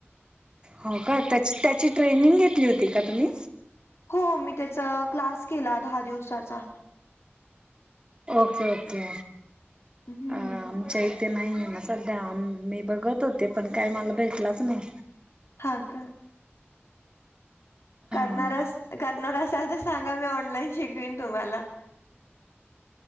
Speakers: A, on the right; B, on the left.
A: हो का, त्याची-त्याची ट्रेनिंग घेतली होती का तुम्ही?
B: हो मी त्याचा क्लास केला दहा दिवसाचा.
A: Okay okay.
B: हम्म
A: अं आमच्या इथे नाही ना सध्या, आम मी बघत होते पण काय मला भेटलाच नाही.
B: हा का?
A: हा
B: करणार अस, करणार असाल तर सांगा, मी ऑनलाईन शिकवीन तुम्हाला